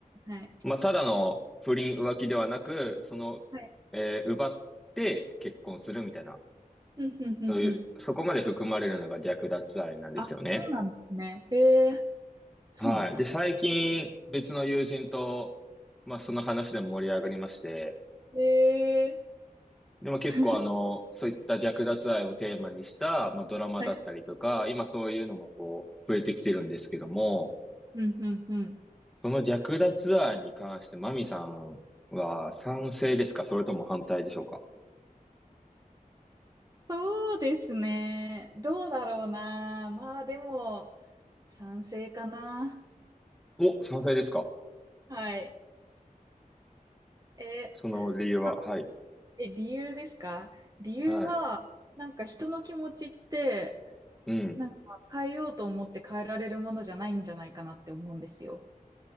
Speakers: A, on the right; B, in the centre.
A: はい。
B: まあただの不倫浮気ではなく、その、
A: はい
B: えー奪って結婚するみたいな、
A: うん、うん、うん、
B: そういう、
A: うん。
B: そこまで含まれるのが略奪愛なんですよね。
A: あ、そうなんですね。ええ、そうなんだ。
B: はい。で、最近別の友人と、まあその話でも盛り上がりまして、
A: ええ。
B: でも結構あの、
A: <laughs>
B: そういった略奪愛をテーマにした、まあ、ドラマだったりとか、
A: はい。
B: 今そういうのもこう、増えてきてるんですけども、
A: うん、うん、うん。
B: その略奪愛に関してマミさんは賛成ですかそれとも反対でしょうか
A: そうですね。どうだろうな。まあ、でも、賛成かな。
B: お、賛成ですか
A: はい。え、
B: その理由は、
A: あ
B: はい。
A: え、理由ですか理由は、
B: はい。
A: なんか人の気持ちって、
B: うん。
A: なんか変えようと思って変えられるものじゃないんじゃないかなって思うんですよ。